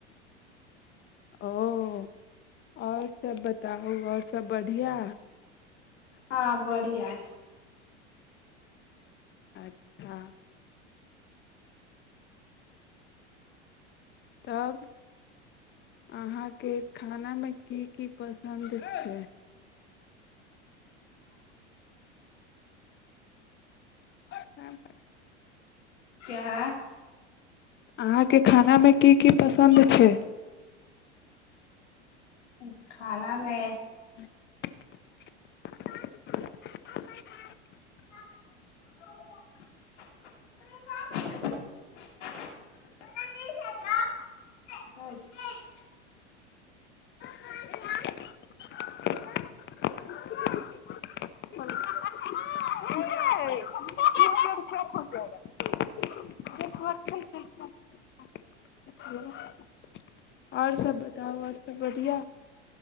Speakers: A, on the left; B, on the left.
A: ओ आओर सभ बताउ आओर सभ बढ़िआँ
B: ह बढ़िआ
A: अच्छा तब अहाँके खानामे की की पसन्द छै हँ
B: क्या
A: अहाँके खानामे की की पसन्द छै
B: ह खानामे
A: <unintelligible>
B: <unintelligible>
A: <unintelligible> <unintelligible> आओर सभ बताउ आओर सभ बढ़िआ